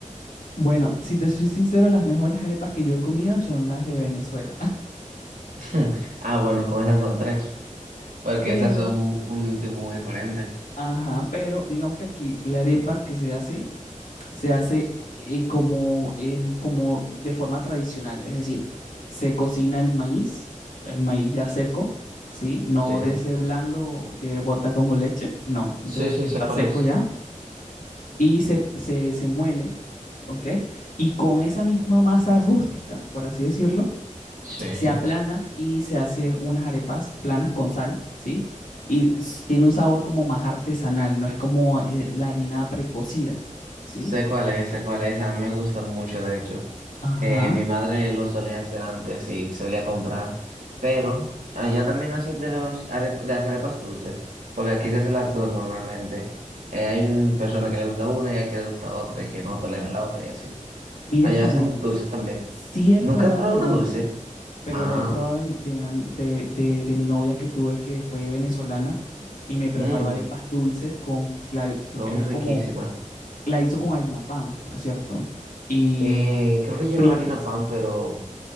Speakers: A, on the left (about 80°); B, on the right (about 85°).
A: Bueno, si te soy sincero, las mejores arepas que yo he comido son las de Venezuela.
B: <laughs> Ah, bueno, con esas son tres. Porque
A: Pero,
B: esas son un, un tipo muy diferente.
A: ajá, pero digamos que aquí la arepa que se hace, se hace eh, como, em, como de forma tradicional, es decir, se cocina el maíz, el maíz ya seco, ¿sí? No
B: Sí.
A: de ese blando que bota como leche, no, de
B: Sí, sí,
A: que
B: sé
A: está
B: cuál
A: seco
B: es.
A: ya, y se, se, se muele, ¿ok? Y con esa misma masa rústica, por así decirlo,
B: Sí.
A: se aplana y se hace unas arepas planas con sal, ¿sí? Y s- tiene un sabor como más artesanal, no es como eh, la harina precocida, ¿sí?
B: Sé cuál es, sé cuál es, a mí me gusta mucho, de hecho.
A: Ajá,
B: Eh, mi madre lo solía hacer antes y solía comprar, pero allá también hacen de, los arep- de las arepas dulces, porque aquí se hacen las dos normalmente. Eh, hay una persona que le gusta una y hay que le gusta otra y que no tolera la otra y así.
A: mira
B: Allá
A: que
B: hacen
A: no.
B: dulces también.
A: Sí he
B: ¿Nunca
A: probado
B: has probado
A: la
B: una
A: dulce,
B: dulce?
A: pero
B: Ah,
A: la he probado de mi, de una, n- de, de, de mi novia que tuve que fue venezolana y me preparó
B: mm,
A: arepas dulces con, cla- creo
B: son
A: que era
B: riquísimas.
A: como, la hizo con harina pan, por cierto, y
B: Eh, creo que llevan
A: fritas.
B: harina pan, pero